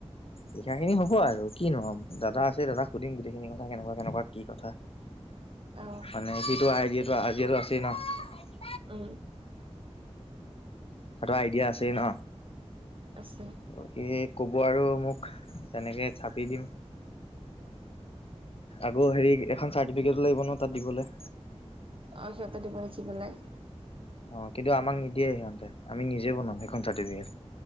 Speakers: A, on the left (about 55°); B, on the right (about 50°).
A: লিখাখিনি হ'ব আৰু কি নু অম দাদা আছে দাদাক সুধিম গোটেইখিনি কথা কেনেকুৱা কেনেকুৱা কি কথা।
B: অ
A: মানে সেইটো আইডিয়াটো আজিয়েতো আছেই ন।
B: অহ।
A: সেত আইডিয়া আছে ন।
B: আছে
A: অ সি ক'ব আৰু মোক। তেনেকে ছাপি দিম আকৌ হেৰি এখন চার্টিফিকেটো লাগব নহয় তাত দিবলে।
B: অ সিহঁতে দিব লিখি পেলাই
A: অ কিন্তু আমাক নিদিয়ে সিহতে আমি নিজে বনাম সেইখন চাৰ্টিফিকেট।